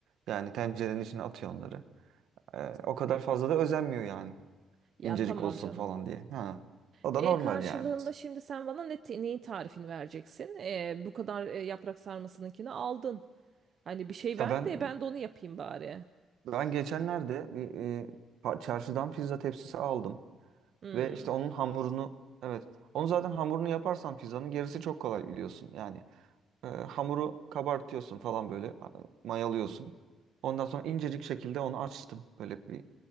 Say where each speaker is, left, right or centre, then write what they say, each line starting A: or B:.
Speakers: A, on the right (about 80°); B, on the right (about 55°).
A: Yani tencerenin içine atıyor onları. Ee, o kadar fazla da özenmiyor yani.
B: ya
A: İncecik
B: tamam
A: olsun
B: canım.
A: falan diye. Ha. O
B: E,
A: da normal
B: karşılığında
A: yani.
B: şimdi sen bana ne te- neyin tarifini vereceksin? E, bu kadar e, yaprak sarmasınınkini aldın. Hani bir şey
A: Ya
B: ver
A: ben
B: de ben de onu yapayım bari.
A: Ben geçenlerde bir e, pa- çarşıdan pizza tepsisi aldım
B: Hmm,
A: ve işte onun hamurunu evet onu zaten hamurunu yaparsan pizzanın gerisi çok kolay biliyorsun. Yani e, hamuru kabartıyorsun falan böyle a- mayalıyorsun. Ondan sonra incecik şekilde onu açtım böyle bir